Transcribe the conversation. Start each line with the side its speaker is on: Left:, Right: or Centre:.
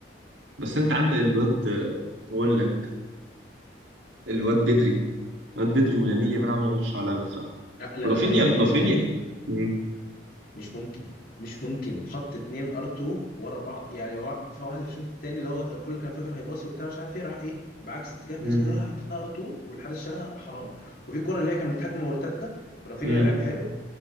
Right: بس انت عندك الواد هقول لك الواد بدري واد بدري ولامين يامال عملوا ماتش عالمي بصراحة
Left: لا لا
Right: رافينيا
Left: لامين
Right: رافينيا
Left: يامال
Right: مم.
Left: مش ممكن مش ممكن حط اتنين ار 2 ورا بعض يعني وا- في واحد في الشوط التاني اللي هو الكل كان فاكر هيباصي وبتاع مش عارف ايه راح ايه بعكس اتجاه جسمه
Right: مم.
Left: جه حطها ار 2 والحارس شالها حرام وفي الكره اللي هي كانت هجمه مرتده ورافينيا
Right: مم.
Left: لعبها له